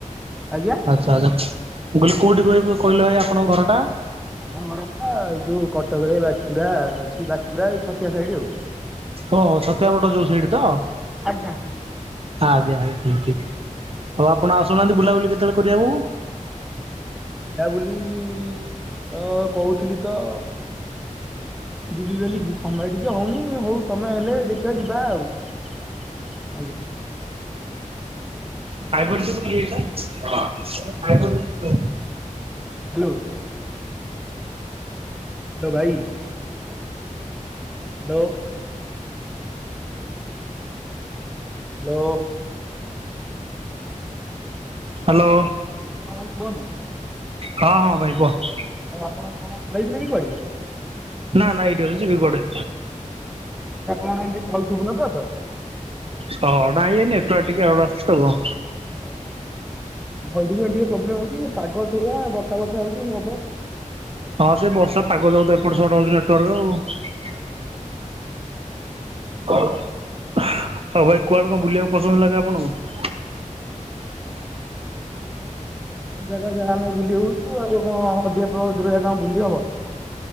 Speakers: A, in the centre; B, on the right.
A: ଆଜ୍ଞା।
B: ଚା ଯା ମୁଁ କହିଲି କୋଉଠି କହିବ କହିଲ ଆଜ୍ଞା ଆପଣଙ୍କ ଘରଟା?
A: ଆମ ଘରଟା ଏଇ ଯୋଉ କଟକରେ ବାଚିପୁରା ଅଛି। ବାଚିପୁରା ଏଇ ଛତିଆ ସାଇଡ୍ ଆଉ।
B: ଓ ହୋ ଛତିଆବଟ ଯୋ ସେଇଠି ତ।
A: ଆଜ୍ଞା।
B: ଆଜ୍ଞା ଆଜ୍ଞା ଠିକ୍ ଠିକ୍ ହୋଉ ଆପଣ ଆସୁନାହାନ୍ତି ବୁଲାବୁଲି କେତେବେଳେ କରିବାକୁ।
A: ବୁଲାବୁଲି ଇ ଅ କହୁଥିଲି ତ। ଯିବି ବୋଲିକି ସମୟ ଟିକେ ହୋଉନି। ଏ ହୋଉ ସମୟ ହେଲେ ଦେଖିବା ଯିବା ଆଉ ଆଜ୍ଞା।
B: ଫାଇବର ତ ତଣ ରଛ ଫାଇ <unintelligible>
A: ହାଲୋ। ଦବାଇ। ହାଲୋ। ହାଲୋ।
B: ହାଲୋ।
A: ହଁ ଭାଇ କୁଅନ୍ତୁ।
B: ହଁ ହଁ ଭାଇ କୁହ।
A: ଆଉ ଆପଣ କଣ ପଳେଇଥିଲେ କି କୁଆଡେ?
B: ନାଁ ନାଁ ଏଇଠି ଅଛି ଯିବି କୁଆଡେ?
A: ସେଇଟ କଣ ଏ କଲ ଶୁଭୁନ ତ <unintelligible>
B: ହଁ ନାଁଇ ଏଇ ନେଟୱାର୍କ ଟିକେ ଏରର୍ ଆସୁଛି ତ।
A: ଆମର ଏଠି ଟିକେ ପ୍ରୋବ୍ଲେମ ହଉଛି ପାଗ ସେଇଆ ବର୍ଷା ବର୍ଷା ହଉଛି ଏନ୍ତି ହବ।
B: ହଁ ସେ ବର୍ଷା ପାଗ ଯାଗୁ ତ ଏପଟ ସେପଟ ହଉଛି ନେଟୱାର୍କ ଆଉ।
A: ହଁ <inaudible>
B: ହଉ ଭାଇ କୁଆଡେ କଣ ବୁଲିବାକୁ ପସନ୍ଦ ଲାଗେ ଆପଣଙ୍କୁ?
A: ଜାଗା ଯାହା ଆମେ ବୁଲି ହଉଛୁ ଆଉ କଣ ଅଧିକା ଦୂର ଯାଗା ବୁଲି ହବ।